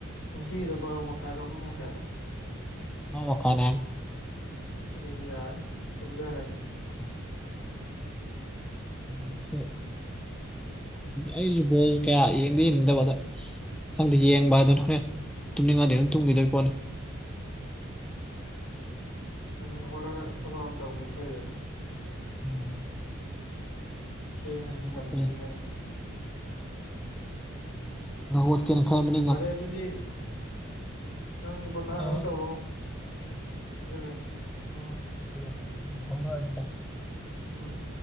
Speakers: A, on the left; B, in the centre.
A: ꯉꯁꯤꯒꯤꯗꯣ ꯕꯥꯔꯣ ꯃꯈꯥꯏꯔꯣ ꯑꯃ ꯃꯈꯥꯏꯔꯣ
B: ꯃ ꯋꯥꯈ ꯅ
A: ꯆ ꯑꯗꯨꯗꯤ ꯌꯥꯔꯦ ꯇꯨꯝꯖꯔꯒꯦ
B: ꯕꯤ ꯄꯤ ꯁꯇ꯭ꯔꯣꯛ ꯑꯩꯁꯨ ꯕꯣꯜ ꯀꯌꯥ ꯌꯦꯡꯗ ꯌꯦꯡꯅꯤꯡꯗꯕ ꯑꯗꯣ ꯈꯪꯗꯦ ꯌꯦꯡꯕ ꯑꯗꯨꯅꯤ ꯍꯣꯔꯦꯟ ꯇꯨꯝꯅꯤꯡꯉꯗꯤ ꯑꯗꯨꯝ
A: ꯎꯝ
B: ꯇꯨꯝꯈꯤꯗꯣꯏ ꯄꯣꯠꯅꯤ
A: ꯉꯟꯅ ꯍꯧꯒꯠꯂꯒ ꯊꯕꯛ ꯑꯃ ꯇꯧꯒꯤꯕꯅ ꯐꯩꯌꯦꯕ
B: ꯎꯝ
A: ꯊꯦꯡꯉꯗꯤ
B: ꯉꯟꯅ ꯍꯧꯒꯠꯄꯅꯤ
A: ꯇꯜꯂꯦ ꯌꯦꯡꯕ
B: ꯎ ꯀꯩꯅ ꯈ
A: ꯐꯔꯦ ꯑꯗꯨꯗꯤ ꯅꯪꯒꯤ ꯄꯣꯊꯥꯅꯕ
B: ꯍꯣꯏ
A: ꯇꯧꯔꯣ ꯊꯦꯡꯖꯤꯜꯂꯑꯦ ꯎꯝ
B: ꯍ ꯐꯅ ꯍꯥꯏꯅꯀ
A: ꯑꯣꯝ